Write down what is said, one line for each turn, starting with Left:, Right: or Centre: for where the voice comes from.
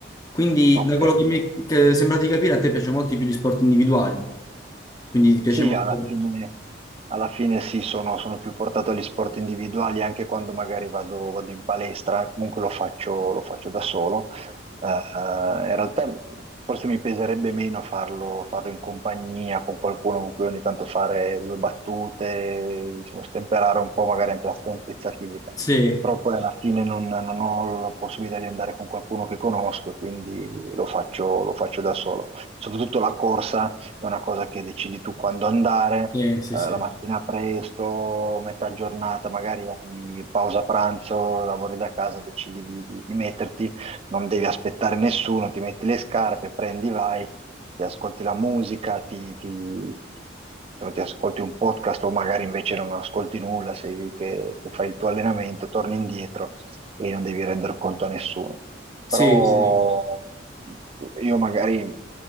Left: Quindi,
Right: Ok,
Left: da quello che mi è che è sembrato di capire, a te piacciono molto di più gli sport individuali, quindi ti piace
Right: sì,
Left: molto...
Right: alla fine, alla fine sì, sono, sono più portato agli sport individuali anche quando magari vado, vado in palestra, comunque lo faccio, lo faccio da solo. Eh, in realtà forse mi peserebbe meno farlo, farlo in compagnia con qualcuno con cui ogni tanto fare due battute, diciamo, stemperare un po' magari anche la stanchezza fisica.
Left: Sì,
Right: Però poi alla fine non, non ho la possibilità di andare con qualcuno che conosco e quindi lo faccio lo faccio da solo. Soprattutto la corsa è una cosa che decidi tu quando andare,
Left: sì, sì,
Right: eh,
Left: sì,
Right: la mattina presto, metà giornata, magari hai pausa pranzo, lavori da casa, decidi di, di- di metterti, non devi aspettare nessuno, ti metti le scarpe, prendi, vai, ti ascolti la musica, ti, ti- diciamo, ti ascolti un podcast o magari invece non ascolti nulla, sei lì che che fai il tuo allenamento, torni indietro e non devi render conto a nessuno
Left: sì,
Right: però
Left: sì, sì.
Right: io magari